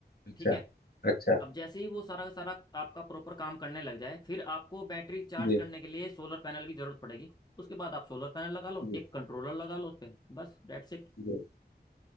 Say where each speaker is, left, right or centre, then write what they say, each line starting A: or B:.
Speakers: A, on the left; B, on the left.
A: अच्छा
B: ठीक है
A: अच्छा
B: अब जैसे ही वो सारा का सारा आपका प्रॉपर काम करने लग जाए फिर आपको बैटरी चार्ज
A: जी
B: करने के लिए सोलर पैनल की जरूरत पड़ेगी उसके बाद आप सोलर पैनल लगा लो
A: जी
B: एक कंट्रोलर लगा लो उस पर बस दैट्स इट
A: जी